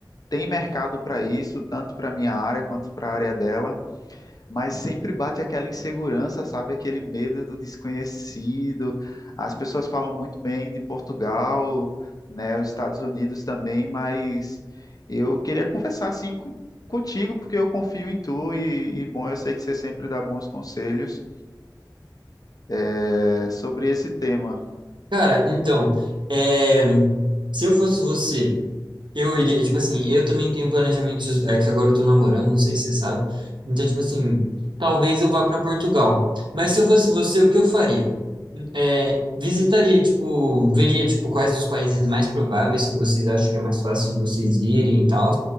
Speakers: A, on the left; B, on the right.
A: tem mercado para isso, tanto para minha área quanto para a área dela mas sempre bate aquela insegurança, sabe? Aquele medo do desconhecido. As pessoas falam muito bem de Portugal, né? Os Estados Unidos também, mas eu queria conversar assim co- contigo, porque eu confio em tu e, e, bom, eu sei que você sempre dá bons conselhos eh, sobre esse tema.
B: Cara, então, é, se eu fosse você, eu iria, tipo assim, eu também tenho planejamentos, é que agora eu tô namorando, não sei se você sabe. Então, tipo assim, talvez eu vá para Portugal. Mas se eu fosse você, o que eu faria? é, visitaria, tipo, veria, tipo, quais os países mais prováveis que vocês acham que é mais fácil de vocês irem e tal.